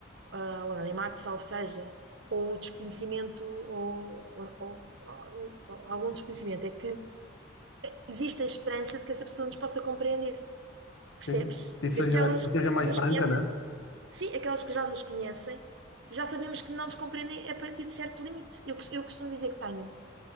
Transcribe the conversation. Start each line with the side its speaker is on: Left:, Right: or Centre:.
Right: Ah, o anonimato, salvo seja, ou o desconhecimento, ou, ou- ou- ou algum desconhecimento, é que existe a esperança de que essa pessoa nos possa compreender, percebes?
Left: Sim. E
Right: Porque
Left: seja,
Right: aquelas
Left: e
Right: que
Left: seja mais
Right: nos
Left: franca,
Right: conhecem
Left: né?
Right: Sim, aquelas que já nos conhecem, já sabemos que não nos compreendem a partir de certo limite. Eu, cos- eu costumo dizer que tenho